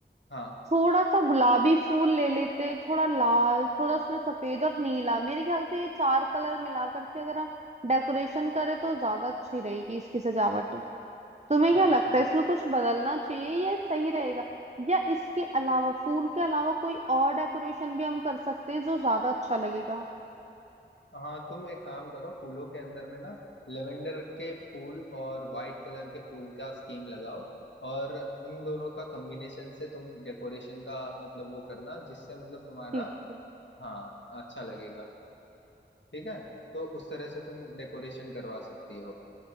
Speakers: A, on the left; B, on the right.
A: हाँ
B: थोड़ा सा गुलाबी फूल ले लेते थोड़ा लाल थोड़ा उसमें सफेद और नीला मेरे ख्याल से ये चार कलर मिला करके अगर हम डेकोरेशन करें तो ज्यादा अच्छी रहेगी इसकी सजावट तुम्हें क्या
A: अच्छा
B: लगता है इसमें कुछ बदलना चाहिए या सही रहेगा या इसके अलावा फूल के अलावा कोई और डेकोरेशन भी हम कर सकते हैं जो ज्यादा अच्छा लगेगा
A: हाँ तुम एक काम करो फूलों के अंदर में ना लेवेंडर के फूल और वाइट कलर के फूल का स्कीम लगाओ और इन दोनों का कॉम्बिनेशन से तुम डेकोरेशन का मतलब वो करना जिससे मतलब तुम्हारा
B: ठीक है
A: हाँ अच्छा लगेगा ठीक है तो उस तरह से तुम डेकोरेशन करवा सकती हो